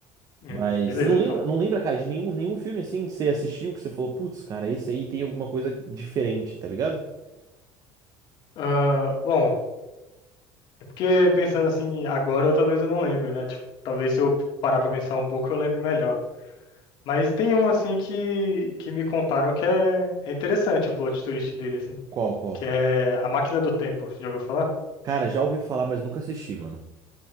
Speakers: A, on the left; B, on the right.
A: Hum,
B: Mas
A: beleza,
B: você não lembra,
A: então.
B: não lembra, cara, de nenhum, nenhum filme assim que você assistiu que você falou, putz, cara, esse aí tem alguma coisa diferente, tá ligado?
A: Ah, bom, é porque pensando assim, agora talvez eu não lembre, né? Tipo, talvez se eu parar pra pensar um pouco eu lembro melhor. Mas tem um assim que, que me contaram que é, é interessante o plot twist dele, assim,
B: Qual, qual?
A: que é A Máquina do Tempo, você já ouviu falar?
B: Cara, já ouvi falar, mas nunca assisti, mano.